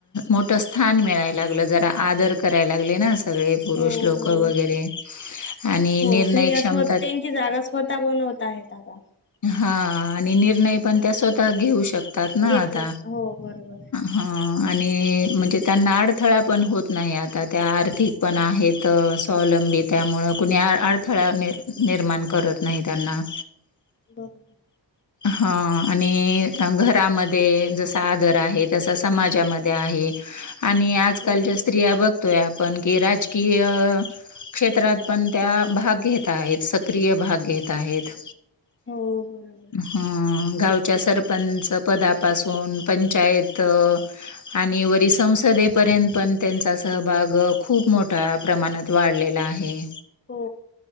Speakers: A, on the left (about 45°); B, on the left (about 25°).
A: मोठ स्थान मिळाय लागलं जरा आदर कराय लागले ना सगळे पुरुष
B: हो
A: लोक
B: बरोबर
A: वगैरे आणि
B: हो,
A: निर्णय
B: स्त्रिया
A: क्षमता
B: त्यांची जागा स्वतःता बनवत आहेत आता.
A: हा आणि निर्णय पण त्या स्वतःता घेऊ शकतात ना
B: घेत
A: आता
B: हो बरोबर
A: हा आणि म्हणजे त्यांना आडथळा पण होत नाही, आता त्या आर्थिक पण
B: हो
A: आहेतच. स्वावलंबी त्यामुळं कुणी आ, अडथळा नि निर्माण करत नाही त्यांना
B: <unintelligible>
A: हा आणि घरामध्ये जसा आदर आहे, तसा समाजामध्ये आहे. आणि आजकालच्या
B: बरोबर
A: स्त्रिया बघतोय आपण की राजकीय क्षेत्रात पण त्या भाग घेत आहेत, सक्रिय भाग घेत आहेत.
B: हो बरोबर
A: हम्म गावच्या सरपंच पदापासून पंचायत आणि वरी संसदेपर्यंत पण त्येंचा सहभाग खूप मोठा प्रमाणात वाढलेला आहे.
B: हो